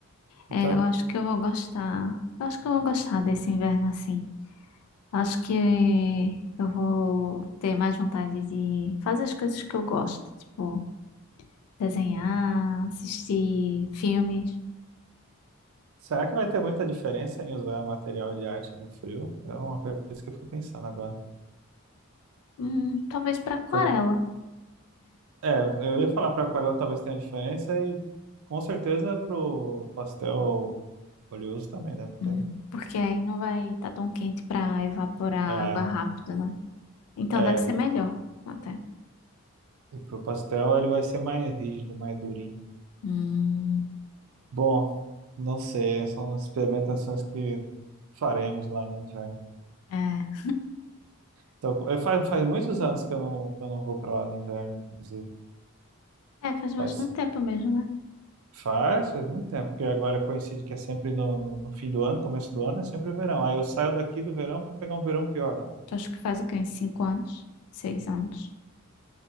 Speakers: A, on the left; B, on the right.
A: É,
B: Então,
A: eu acho que eu vou gostar. Eu acho que eu vou gostar desse inverno assim. Acho que eu vou ter mais vontade de fazer as coisas que eu gosto, tipo desenhar, assistir filmes.
B: será que vai ter muita diferença em usar material de arte no frio? É uma coisa que eu fico pensando agora.
A: Hum, talvez para aquarela,
B: Foi- é, eu ia falar para aquarela talvez tenha diferença e com certeza pro pastel oleoso também deve
A: Hum,
B: ter.
A: porque aí não vai estar tão quente para evaporar
B: É,
A: água rápido, né? Então
B: é,
A: deve ser
B: e,
A: melhor
B: t-
A: até.
B: e pro pastel ele vai ser mais rígido, mais durinho.
A: Hum,
B: Bom, não sei, são experimentações que faremos lá no inverno.
A: é.
B: Então, co- eu, faz, faz muitos anos que eu não, que eu não vou para lá no inverno, inclusive.
A: É, faz
B: Faz
A: bastante tempo mesmo, né?
B: Faz, faz muito tempo, porque agora coincide que é sempre no, no, no fim do ano, começo do ano, é sempre verão. Aí eu saio daqui do verão para pegar um verão pior lá,
A: Acho que faz o quê? Uns 5 anos? seis anos?